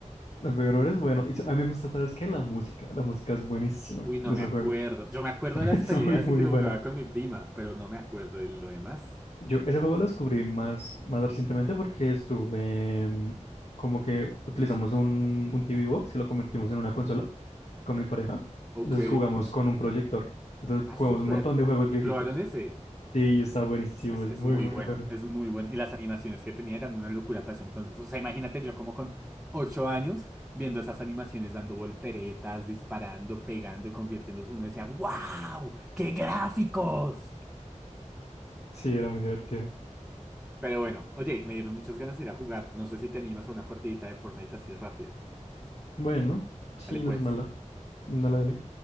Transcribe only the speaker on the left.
El Bloody Roar es bueno. Y a mí me gusta, ¿sabes qué? La música. La música es buenísima
de
ese
juego.
<laughs>
Es
muy, muy
buena.
Yo ese juego lo descubrí más, más recientemente porque estuve mm, como que utilizamos un, un TV Box y lo convertimos en una consola con mi pareja.
Entonces jugamos con un proyector. Entonces
jugamos
un montón de juegos
viejitos.
Sí, y está buenísimo,
es
muy,
muy
bueno.
Sí, era muy divertido.
Bueno, sí,
no es malo. Dale, dale.